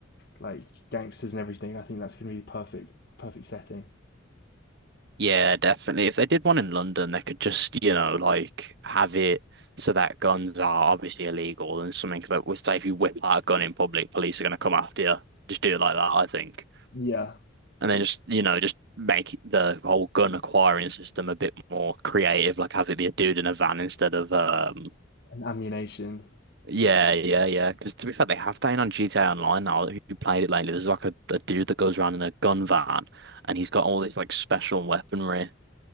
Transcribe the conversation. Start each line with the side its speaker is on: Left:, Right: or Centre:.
Left: like gangsters and everything. I think that's gonna be perfect perfect setting.
Right: Yeah, definitely. If they did one in London, they could just, you know, like have it so that guns are obviously illegal and something that would say if you whip out a gun in public, police are going to come after you. Just do it like that, I think.
Left: Yeah,
Right: And then just, you know, just make the whole gun acquiring system a bit more creative, like have it be a dude in a van instead of, um,
Left: and ammunition.
Right: yeah, yeah, yeah. Because to be fair, they have that in on GTA Online now. If you played it lately, there's like a, a dude that goes around in a gun van and he's got all this like special weaponry.